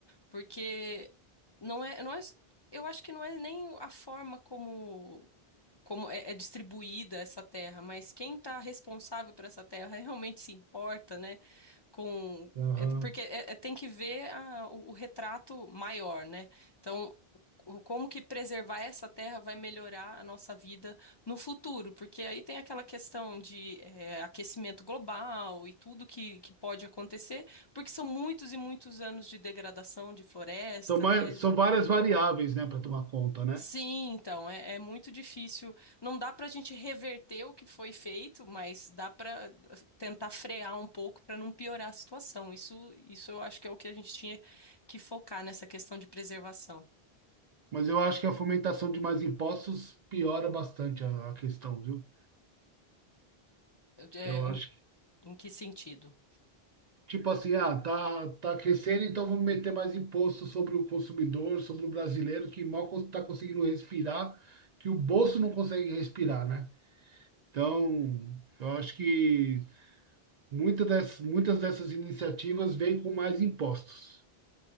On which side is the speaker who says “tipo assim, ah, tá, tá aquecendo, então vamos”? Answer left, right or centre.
Right